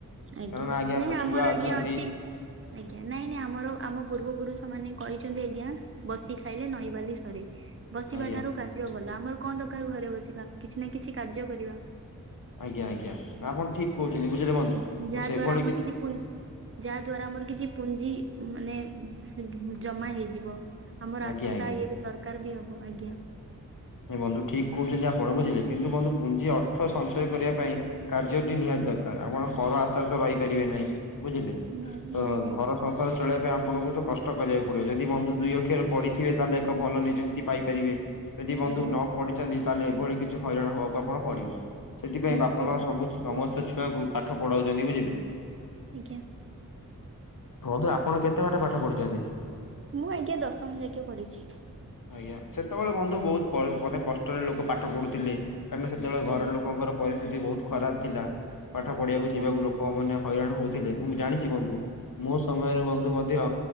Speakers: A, on the right (about 40°); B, on the left (about 70°).
A: ଆଜ୍ଞା।
B: କାରଣ
A: ନାଇଁ ଆମର
B: ଛୁଆ ଅଛନ୍ତି
A: ଆଜ୍ଞା ଅଛି। ଆଜ୍ଞା ନାଇଁ ନାଇଁ ଆମର ଆମ ପୂର୍ବପୁରୁଷମାନେ କହିଛନ୍ତି ଆଜ୍ଞା ବସି ଖାଇଲେ ନଈବାଲି ସରେ। ବସିବା
B: ଆଜ୍ଞା
A: ଠାରୁ କାସିବା ଭଲ। ଆମର କଣ ଦରକାର ଘରେ ବସିବା, କିଛି ନା କିଛି କାର୍ଯ୍ୟ କରିବା।
B: ଆଜ୍ଞା ଆଜ୍ଞା ଆପଣ ଠିକ କହୁଛନ୍ତି, ବୁଝିଲେ ବନ୍ଧୁ ତ
A: ଯାହା
B: ସେଇଭଳି
A: ଦ୍ଵାରା ଆମର କିଛି ପୁ ଯାହା ଦ୍ଵାରା ଆମର କିଛି ପୁଞ୍ଜି ମାନେ ଜମା ହେଇଯିବ। ଆମର
B: ଆଜ୍ଞା
A: ଆସନ୍ତା
B: ଆଜ୍ଞା।
A: ଇଏରୁ ଦରକାର ବି ହବ। ଆଜ୍ଞା।
B: ବନ୍ଧୁ ଠିକ କହୁଛନ୍ତି ଆପଣ ବୁଝିଲେ କିନ୍ତୁ ବନ୍ଧୁ ପୁଞ୍ଜି ଅର୍ଥ ସଞ୍ଚୟ କରିବା ପାଇଁ କାର୍ଯ୍ୟଟି ନିହାତି ଦରକାର, ଆପଣ ପର ଆଶାରେ ତ ରହିପାରିବେ ନାହିଁ, ବୁଝିଲେ
A: ନାଇଁ
B: ତ
A: ନାଇଁ ଆଜ୍ଞା
B: ଘର ସଂସାର ଚଳେଇବା ପାଇଁ ଆପଣଙ୍କୁ ତ କଷ୍ଟ କରିବାକୁ ପଡିବ, ଯଦି ବନ୍ଧୁ ଦୁଇ ଅକ୍ଷର ପଢିଥିବେ ତାହେଲେ ଏକ ଭଲ ନିଯୁକ୍ତି ପାଇପାରିବେ। ଯଦି ବନ୍ଧୁ
A: ଆଜ୍ଞା।
B: ନ ପଡିିଛନ୍ତି ତାହେଲେ ଏଭଳି କିଛି ହଇରାଣ ହବାକୁ ଆପଣ ପଡିବ, ସେଥିପାଇଁ
A: ନିଶ୍ଚିନ୍ତ
B: ବାପା ମା ସବୁ
A: ଆଜ୍ଞା
B: ସମସ୍ତ ଛୁଆଙ୍କୁ ପାଠ ପଢାଉଛନ୍ତି ବୁଝିଲେ।
A: ଆଜ୍ଞା।
B: ବନ୍ଧୁ ଆପଣ କେତେ ବାଟ ପାଠ ପଢିଛନ୍ତି?
A: ମୁଁ ଆଜ୍ଞା ଦଶମ ଯାକେ ପଢିଛି।
B: ଆଜ୍ଞା ସେତେବେଳେ ବନ୍ଧୁ ବହୁତ ମାନେ କଷ୍ଟରେ ଲୋକ ପାଠ ପଢୁଥିଲେ। କାରଣ ସେତେବେଳେ
A: ଆଜ୍ଞା
B: ଘର ଲୋକଙ୍କର ପରିସ୍ଥିତି ବହୁତ ଖରାପ ଥିଲା, ପାଠ ପଢିବାକୁ
A: ଆଜ୍ଞା।
B: ଯିବାକୁ ଲୋକ ମାନେ ହଇରାଣ ହଉଥିଲେ, ମୁଁ ଜାଣିଛି ବନ୍ଧୁ ମୋ ସମୟରେ ବନ୍ଧୁ ମଧ୍ୟ